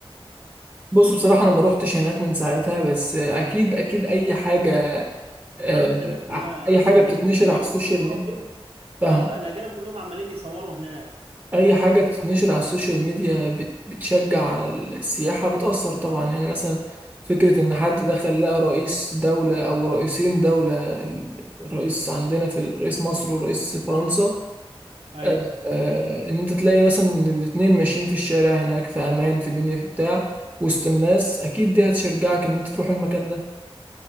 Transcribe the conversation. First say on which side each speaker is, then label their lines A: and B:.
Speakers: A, on the right; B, on the right.
A: بص بصراحة أنا ما روحتش هناك من ساعتها بس أكيد أكيد أي حاجة آه،
B: عم ده الناس كلها
A: ع- اي
B: اصلا
A: حاجه بتتنشر
B: ال- الاجانب
A: على السوشيال
B: كلهم
A: ميديا فاهمه
B: اه الاجانب كلهم عمالين يصوروا هناك
A: اي حاجه بتتنشر على السوشيال ميديا بت- بتشجع على السياحه بتاثر طبعا يعني مثلا فكره ان حد دخل لقى رئيس دوله او رئيسين دوله ال- الرئيس عندنا في ال- رئيس مصر ورئيس فرنسا
B: ايوه
A: آه، آه، ان انت تلاقي مثلا الاتنين ماشيين في الشارع هناك في امان في دنيا في بتاع وسط الناس اكيد دي هتشجعك ان انت تروح المكان ده